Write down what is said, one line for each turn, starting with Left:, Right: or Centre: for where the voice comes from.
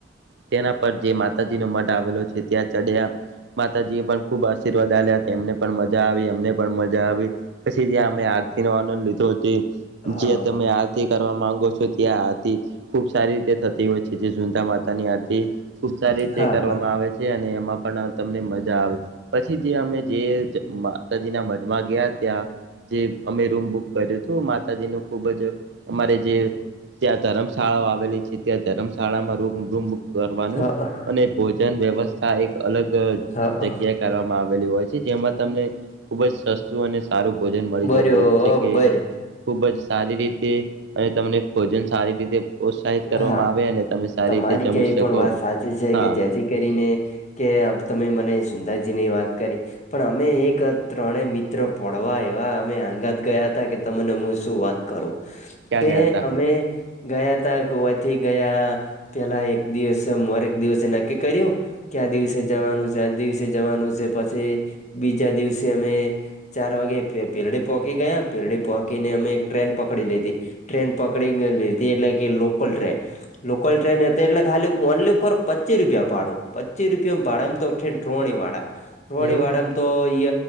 Right: તેના પર જે માતાજી નો મઢ આવેલો છે ત્યાં ચડ્યા. માતાજી એ પણ ખુબ આશીર્વાદ આપ્યા હતા એમને પણ મજા આવી એમને પણ મજા આવી. પછી જ્યાં અમે આરતી નો આનંદ લીધો તે
Left: હા
Right: જ્યા તમે આરતી કરવા માંગો છો ત્યાં આરતી ખુબ સારી રીતે થતી હોય છે. જે સુંતા માતા ની આરતી ખુબ સારી રીતે
Left: હા
Right: કરવામાં
Left: હા
Right: આવે છે અને એમાં પણ તમને મજા આવે. પછી જે અમે જે માતાજીના મનમાં ગયા ત્યાં જે અમે રૂમ બુક કર્યું તું માતાજી નું ખુબ જ અમારે જે ત્યાં તરમ શાળા આવેલી છે ત્યાં તરમ શાળામાં રૂમ રૂમ કરવાનું
Left: હા
Right: અને ભોજન વ્યવસ્થા એક અલગ જે
Left: હા
Right: જગ્યા કરવામાં આવેલી હોય છે જેમાં તમને ખુબ જ સસ્તું અને સારું ભોજન મળી
Left: બરોબર
Right: જતું હોય છે કે ખુબ જ સારી રીતે અને તમને ભોજન સારી રીતે પ્રોત્સાહિત કરવામાં
Left: હા
Right: આવે અને તમે સારી
Left: તમારી
Right: રીતે જમી
Left: તે
Right: શકો
Left: પણ વાત સાચી છે
Right: હા
Left: કે જે થી કરીને કે તમે મને સુંંધાજી ની વાત કરી પણ અમે એક ત્રણે મિત્ર પનવા આયવા અમે આંગાત ગયા હતા કે તમને હું શું વાત કરું?
Right: ક્યાં
Left: કે
Right: ગયા તા
Left: અમે ગયા તા તો અથી ગયા પેલા એક દિવસે મોરે એક દિવસે નક્કી કર્યું. ક્યા દિવસે જવાનું છે, આજ દિવસે જવાનું છે પછી બીજા દિવસે અમે ચાર વાગે પેરડી પોગી ગયા પેરડી પોગીને અમે એક ટ્રેન પકડી લીધી. ટ્રેન પકડી લીધી એટલે કે લોકલ ટ્રેન. લોકલ ટ્રેન એટલે ખાલી ઓનલી ફોર પચીસ રૂપિયા ભાડું, પચી રૂપિયા ભાડા મા ટ્રોણી વાળા રણી
Right: એવું
Left: વાળામાં તો ઈ